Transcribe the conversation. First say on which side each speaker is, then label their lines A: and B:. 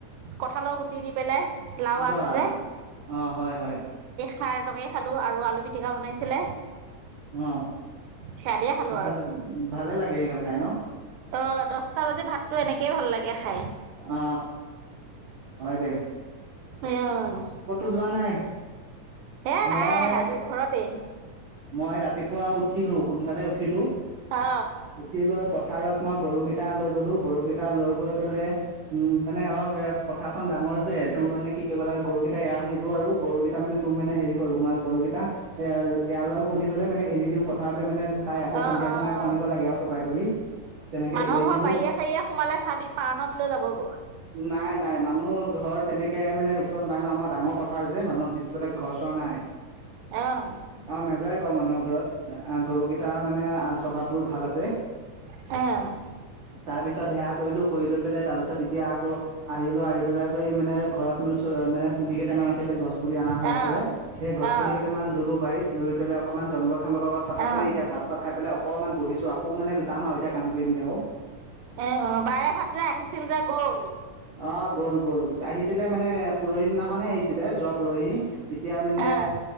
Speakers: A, on the right; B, on the right.
A: কঁঠালৰ গুটি দি পেলাই লাউ
B: বা
A: আগ যে
B: অঁ হয় হয়।
A: সাৰটোকে খালো আৰু আলু পিটিকা বনাইছিলে।
B: উম
A: সেয়া দিয়ে খালো
B: ভাল ভালে লাগে সেই গাল খাই ন
A: আহ দছটা বজাত ভাতটো এনেকেই ভাল লাগে খাই
B: অঁ হয় দে
A: স <unintelligible>
B: কতো যোৱা নাই
A: এ নাই
B: মই
A: আজি ঘৰতে
B: মই ৰাতিপুৱা উঠিলো সোনকালে উঠিলো
A: অ
B: উঠি লৈ পথাৰত মই গৰুকেইটা কেইটা লৈ গ'লো গৰু কেইটা লৈ গৈ পেললে উম মানে অলপ এ পথাৰ খনন ডাঙৰ যে তোৰ মানে কি কৰিব লাগে গৰুকেইটা এটা এৰাাল নিদো আৰু গৰুকেইটা মানে তোৰ মানে হেৰি কৰো মই গৰুকেইটা এ এৰালডাল খুলি পেলাই মানে এৰি দিওঁ পথাৰতে মানে খাই আকৌ
A: অ
B: সন্ধিয়া
A: অ
B: সময় আকৌ
A: অ
B: আনিব লাগে আৰু চপাই কৰি তেনেকে
A: মানুহৰ
B: এৰি
A: ঘৰ
B: দিলো
A: বাৰিয়ীয়ে চাৰিয়ে সোমালে চাবি পাৰণত লৈ যাবগৈ
B: নাই নাই মানুহ ঘৰ তেনেকে মানে উৎকত নাই ন আমাৰ ডাঙৰ পথাৰ যে মানুহৰ পিছ পেলাক ঘৰ চৰ নাই
A: অ
B: আৰু নাযায় বাৰু মানুহৰ ঘৰত গৰুকেইটাৰ মানে স্বভাৱ বোৰ ভাল আছে তাৰ
A: অ',
B: পিছত সেয়া কৰিলো কৰি লৈ পেলাই তাৰ পিছত এতিয়া আকৌ আহিলো আহি পেলাই কৰি মানে ঘৰত মানে পুলি কেইটামান আছিলে গছ পুলি অনা
A: অ',
B: হৈ আছিলে সেই
A: অ',
B: গছ পুলি কেইটামান ৰুলো বাৰীত ৰুই পেলাই অকণমান জংগল লগত চাফা
A: অ',
B: কৰি এতিয়া ভাত চাত খাই পেলাই অকণমান বহিছো আকৌ মানে যাম আৰু এতিয়া কাম কৰিমগৈ আৰু
A: এ অ বাৰ হত যে আহিছিল যে গ'ল
B: অ' গ'ল গ'ল আহিছিলে মানে পৰহি দিনা অখনে আহিছিলে যোৱা পৰহি এতিয়া মানে
A: অ',